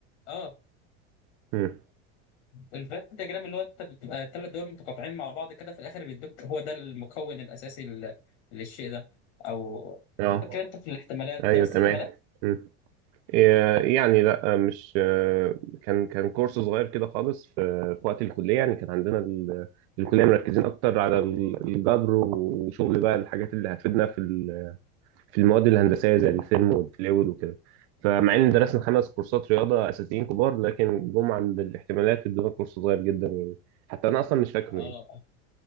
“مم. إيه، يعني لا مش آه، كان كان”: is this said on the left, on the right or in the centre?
Right